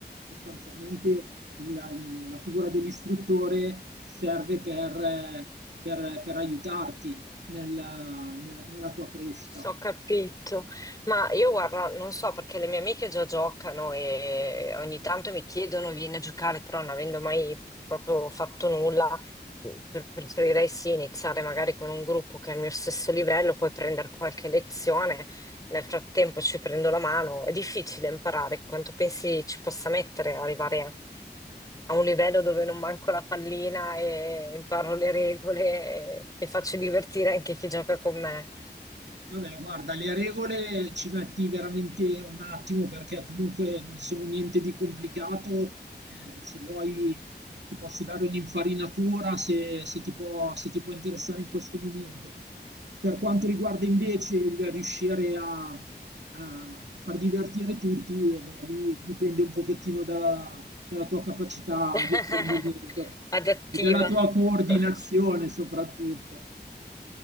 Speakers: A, on the right; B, on the left.
A: sostanzialmente la, la figura dell'istruttore serve per, eh, per, per aiutarti nella, nella tua crescita.
B: ho capito. Ma io guarda, non so perché le mie amiche già giocano e ogni tanto mi chiedono vieni a giocare, però non avendo mai proprio fatto nulla, mhmm, pre- preferirei sì iniziare magari con un gruppo che è al mio stesso livello, poi prendere qualche lezione. Nel frattempo ci prendo la mano. È difficile imparare quanto pensi ci possa mettere ad arrivare a un livello dove non manco la pallina e imparo le regole e, e faccio divertire anche chi gioca con me.
A: Vabbè, guarda, le regole ci metti veramente un attimo perché comunque non sono niente di complicato. Eh, se vuoi, eh, ti posso dare un'infarinatura se, se ti può, se ti può interessare in questo momento. Per quanto riguarda invece il riuscire a, a- a far divertire tutti, eh, beh, lì dipende un pochettino dalla, dalla tua capacità
B: <laughs>
A: di apprendimento
B: Adattiva.
A: e della tua coordinazione
B: <laughs>
A: soprattutto.